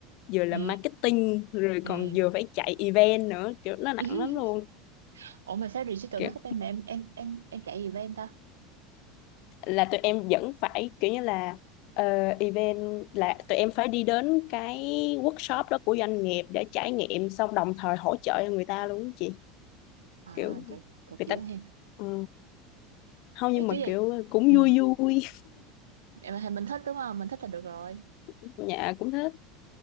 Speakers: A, on the left; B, on the right.
A: vừa làm
B: Ừ,
A: marketing rồi
B: ừ.
A: còn vừa phải chạy event nữa kiểu nó nặng
B: <laughs>
A: lắm luôn
B: Ủa mà sao digital
A: kiểu
B: marketing mà em em em em chạy gì bên ta?
A: là tụi em vẫn phải kiểu như là ờ, event là tụi em phải đi đến cái workshop đó của doanh nghiệp để trải nghiệm xong đồng thời hỗ trợ cho người ta luôn á chị
B: À,
A: kiểu
B: trời, cột
A: người
B: giữa
A: ta
B: em.
A: ừ. không
B: Tại
A: nhưng mà
B: trước giờ
A: kiểu cũng
B: ừ,
A: vui vui
B: em- mình thích đúng không? Mình thích là được rồi.
A: <laughs> nhà cũng thế